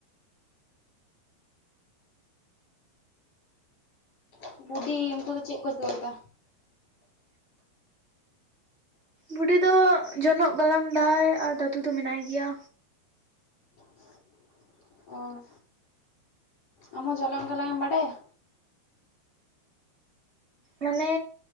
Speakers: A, on the left; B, on the right.
A: <unintelligible> ᱩᱱᱠᱩ ᱫᱚ ᱪᱮᱜ ᱠᱚ ᱡᱚᱫᱟ?
B: ᱵᱩᱰᱤ ᱫᱚ ᱡᱚᱱᱚᱜ ᱜᱟᱞᱟᱝ ᱫᱟᱭ ᱟᱨ ᱫᱟᱫᱩ ᱫᱚ ᱢᱮᱱᱟᱭ ᱜᱮᱭᱟ᱾
A: <inaudible> ᱚ ᱟᱢ ᱦᱚᱸ ᱡᱚᱱᱚᱜ ᱜᱟᱞᱟᱝ ᱮᱢ ᱵᱟᱰᱟᱭᱟ᱾
B: ᱢᱟᱱᱮ